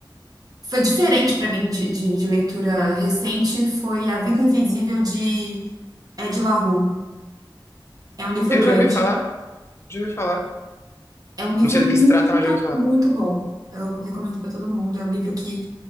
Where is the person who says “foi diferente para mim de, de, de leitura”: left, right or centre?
Right